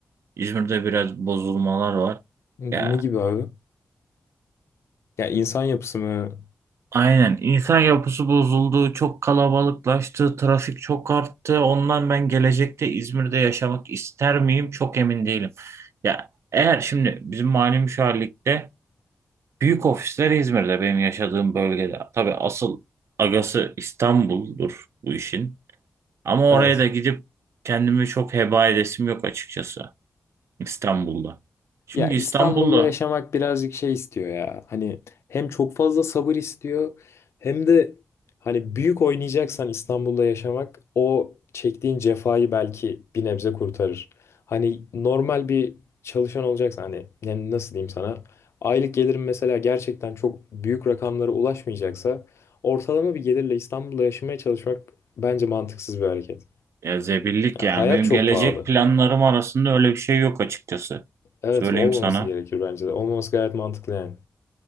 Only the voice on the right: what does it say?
İzmir'de biraz bozulmalar var.
Ya
Aynen. İnsan yapısı bozuldu, çok kalabalıklaştı, trafik çok arttı. Ondan ben gelecekte İzmir'de yaşamak ister miyim? Çok emin değilim. Ya eğer şimdi bizim mali müşavirlikte büyük ofisler İzmir'de benim yaşadığım bölgede. Tabii asıl agası İstanbul'dur bu işin. Ama
oraya da gidip kendimi çok heba edesim yok açıkçası İstanbul'da. Çünkü
İstanbul'da
Ya zebillik
yani
benim
gelecek
planlarım arasında öyle bir şey yok açıkçası.
Söyleyeyim
sana.